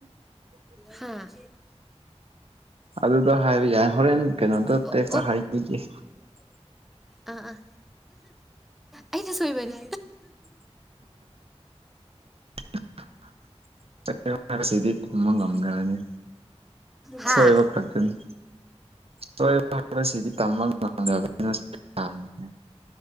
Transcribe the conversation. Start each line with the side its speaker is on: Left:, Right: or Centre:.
Centre: ꯍꯥꯥ
Right: ꯑꯗꯨꯗ ꯍꯥꯏꯕ ꯌꯥꯏ ꯍꯣꯔꯦꯟ ꯀꯩꯅꯣꯗꯣ
Centre: ꯑꯣ
Right: ꯇꯦꯛꯇ ꯍꯥꯏꯕꯤꯒꯦ
Centre: ꯑ ꯑꯥ ꯑꯩꯅ ꯁꯣꯏꯕꯅꯦ
Right: <unintelligible> ꯇꯝꯕ ꯉꯝꯗꯕꯅꯤ
Centre: ꯑꯥ
Right: ꯁꯣꯏꯕ ꯈꯛꯇꯅꯤ ꯁꯣꯏꯕ ꯍꯥꯏꯕꯁꯤꯗꯤ ꯇꯝꯕ ꯉꯝꯗꯕꯅꯤꯅ